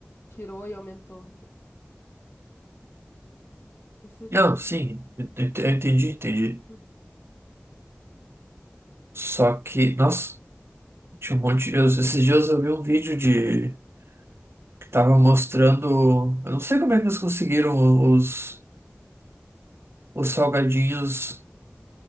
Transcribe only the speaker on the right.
Não,
sim, eu eu eu entendi, entendi.
Só que, nossa, tinha um monte de. Esses dias eu vi um vídeo de. que tava mostrando. Eu não sei como é que eles conseguiram os, os salgadinhos